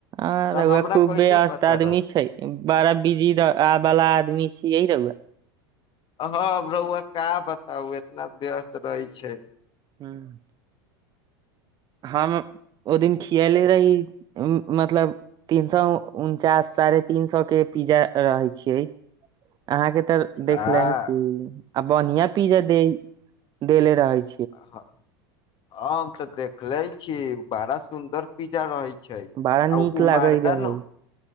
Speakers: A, on the right (about 35°); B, on the left (about 40°).
A: आर
B: तऽ
A: उह
B: हमरा
A: खूब
B: कैसे
A: वस्त
B: पता
A: आदमी
B: रहत
A: छै बड़ा बिजी आवालला आदमी से यै रहब
B: हँ रहुआ का बताउ एतना व्यस्त रहै छै
A: हँ हम ओ दिन खियले रही मतलब तीन सौ उनचास साढ़े तीन सौ के पिज्जा रहै छियै अहाँके तऽ देख
B: आ
A: लेही छी आ बढ़िया पिज्जा दे देेले रहै छै
B: आ हँ ह हम तऽ देखले छी बड़ा सुंन्दर पिज्जा रहे छै छै
A: बड़ा नीक
B: आउ उमरदा
A: लागे रहै
B: न